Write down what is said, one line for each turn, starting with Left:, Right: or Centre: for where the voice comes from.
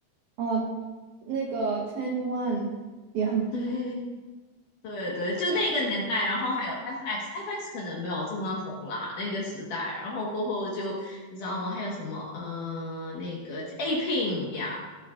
Right: 哦，那个 Twenty One 也很，
Left: <laughs> 对对对，就那个年代，然后还有 FX，FX 可能没有这么红啦，那个时代，然后过后就你知道吗？还有什么呃，那个 A Pink 呀，